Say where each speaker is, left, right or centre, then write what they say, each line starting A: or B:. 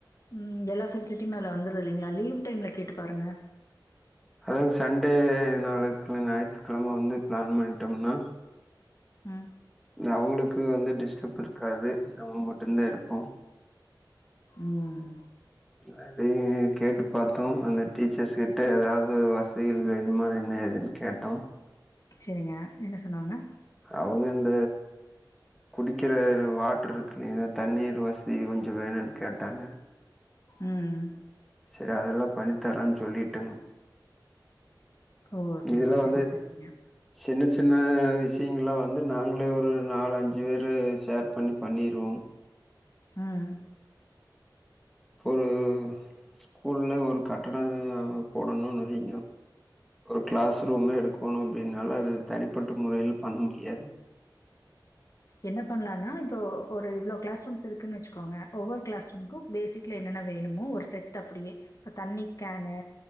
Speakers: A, on the left (about 45°); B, in the centre.
A: ம் எல்லா ஃபெசிலிட்டியுமே அதுல வந்துருது இல்லைங்ளா லீவ் டைம்ல கேட்டு பாருங்க
B: அதாவ்து சண்டே நாளைக் ஞாயித்துக்கெழம வந்து ப்ளான் பண்ணிட்டம்னா
A: ம்
B: அவங்ளுக்கு வந்து டிஸ்டர்ப் இருக்காது நம்ம மட்டுந்தா இருப்போ
A: உஹம்
B: ல அதையு கேட்டு பாத்தோ அந்த டீச்சர்ஸ்கிட்ட ஏதாவ்து வசதிகள் வேண்மா என்ன ஏதுன் கேட்டோ
A: செரிங்க என்ன சொன்னாங்க
B: அவங்க இந்த குடிக்கிற வாட்டர் இருக்கு இல்லைங்களா தண்ணீர் வசதி கொஞ்சோ வேணுன் கேட்டாங்க
A: உம்
B: செரி அதெல்லா பண்ணி தரன் சொல்லீட்டுங்
A: ஓ!
B: இதெல்லா
A: சரி,
B: வந்து
A: சரி, சரிங்க.
B: சின்ன சின்ன விஷ்ய ங்கள்லா வந்து நாங்ளே ஒரு நாலு அஞ்சு பேர ஷேர் பண்ணி பண்ணிர்வோ
A: ம்
B: ஒரு ஸ்கூல்ல ஒரு கட்டடங் போடணுனு நெறைய ஒரு க்ளாஸ் ரூம்மே எடுக்கணு அப்டின்னால அது தனிப்பட்ட முறைல பண்ண முடியாது
A: என்ன பண்லான்னா இப்போ ஒரு இவ்ளோ க்ளாஸ் ரூம்ஸ் இருக்குனு வெச்சுக்கோங்க ஒவ்வொரு க்ளாஸ் ரூம்க்கு பேசிக்ல என்னென்ன வேணுமோ ஒரு செட் அப்டியே இப்ப தண்ணிக் கேனு